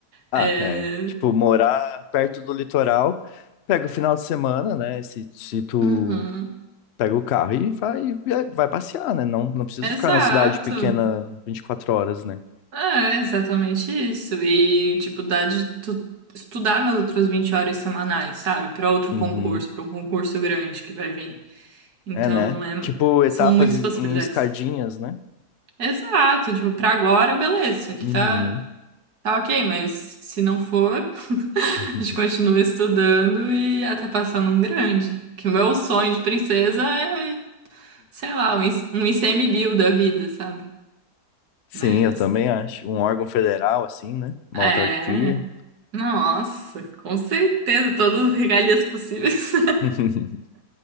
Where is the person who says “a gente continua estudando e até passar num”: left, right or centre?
Right